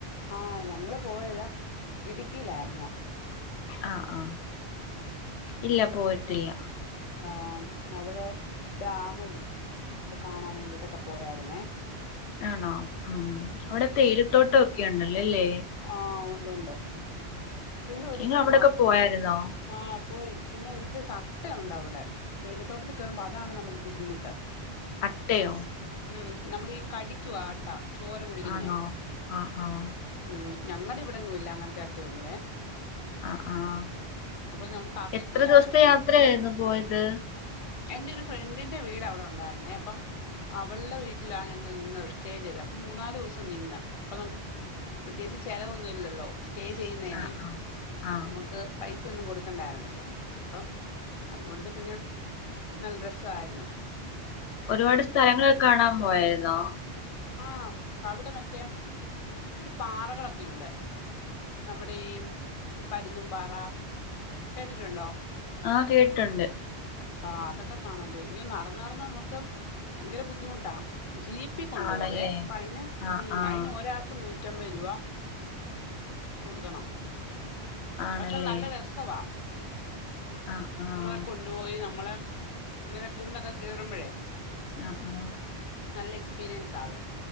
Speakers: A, on the left (about 40°); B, on the left (about 75°).
A: ആഹ് ഞങ്ങള് പോയത് ഇടുക്കിലായ്രുന്നു.
B: ആഹ് ആഹ് ഇല്ല പോയിട്ടില്ല.
A: ആഹ് അവ്ടേ ഡാമും ഒക്ക കാണാൻ വേണ്ടിട്ടൊക്ക പോയാര്ന്നേ.
B: ആണോ ഉം അവ്ടെ തേയിലത്തോട്ടൊക്കെ ഒണ്ടല്ലൊലേ?
A: ആഹ് ഉണ്ട് ഉണ്ട് പിന്നെ ഒര്
B: നിങ്ങൾ
A: സൈ
B: അവിടെയൊക്കെ
A: സ
B: പോയായിരുന്നോ
A: ആഹ് പോയി പിന്നെ ഒരു സൈസ് അട്ടയുണ്ടവ്ടെ. തേയിലത്തോട്ടത്തി കേറുമ്പൊ അതാണ് നമ്മക് ബുദ്ധിമുട്ട്.
B: അട്ടയോ?
A: ഉം നമ്മളീ കടിക്ക്വു ആഹ് അട്ട ചോര കുടിക്ക്ന്നെ-
B: ആണോ ആഹ് ആഹ്.
A: ഉം ഞങ്ങടിവിടെങ്ങും ഇല്ല അങ്ങൻത്തെ അട്ട ഒന്നുവേ
B: ആഹ് ആഹ്
A: ഞങ്ങക്ക് അറിയത്തില്ലായിരുന്നു
B: എത്ര ദിവസ്ത്തെ യാത്രയായിരുന്നു പോയത്?
A: എന്റെ ഒരു ഫ്രണ്ടിന്റെ വീട് അവടെ ഉണ്ടായിര്ന്നേ അപ്പം അവൾടെ വീട്ടിലാ ഞങ്ങള് നിന്നത് സ്റ്റേ ചെയ്തെ അപ്പൊ മൂന്നാല് ദിവസം നിന്ന് അപ്പൊ നമക്ക് പ്രത്യേകിച്ച് ചെലവൊന്നും ഇല്ലല്ലൊ സ്റ്റേ ചെയ്യ്ന്നേനെ
B: ആഹ് ആഹ് ആഹ്
A: നമുക്ക് പൈസ ഒന്നും കൊടുക്കണ്ടായിരുന്നല്ലോ അപ്പം അതുകൊണ്ട് പിന്നെ നല്ല രസായ്ര്ന്നു.
B: ഒരുപാട് സ്ഥലങ്ങള് ഒക്കെ കാണാൻ പോയായിരുന്നോ?
A: ആ അവിടെ മറ്റേം ഇത്തിരി പാറകളൊക്കെയുണ്ട്. നമ്മുടെ ഈ പരുന്നും പാറ കേട്ടിട്ടുണ്ടോ?
B: ആ കേട്ടൊണ്ട്.
A: ആഹ് അതൊക്ക കാണാ പോയി യ്യോ നടന്ന് നടന്ന് നമക്ക് ഭയങ്കര ബുദ്ധിമുട്ടാ ജീ പ്പി കൊണ്ടോവെ
B: ആണല്ലേ
A: പൈന്
B: ആഹ് ആഹ്
A: ഐന് ഒരാക് നൂറ്റമ്പത് രൂപ കൊട്ക്കണം.
B: ആണല്ലേ
A: പക്ഷെ നല്ല രസവ
B: ആഹ് ആഹ്
A: ഇങ്ങനെ കു കൊണ്ടുപോയി നമ്മളെ ഇങ്ങനെ കുന്നൊക്ക കേറുമ്പഴേ
B: ആഹ് ആ.
A: നല്ല എക്സ്പീരിയൻസാത്